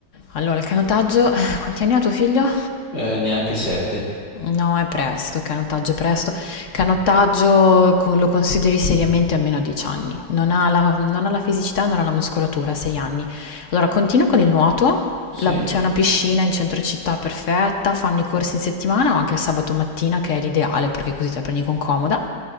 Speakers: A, on the left; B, on the left.
A: Allora, il canottaggio, quanti anni ha tuo figlio?
B: Eh, neanche sette.
A: No, è presto, canottaggio è presto. Canottaggio co- lo consideri seriamente almeno 10 anni. Non ha la, non ha la fisicità, non ha la muscolatura, 6 anni. Allora, continuo con il nuoto.
B: Sì?
A: La- c'è una piscina in centro città perfetta, fanno i corsi in settimana o anche il sabato mattina, che è l'ideale perché così te la prendi con comoda.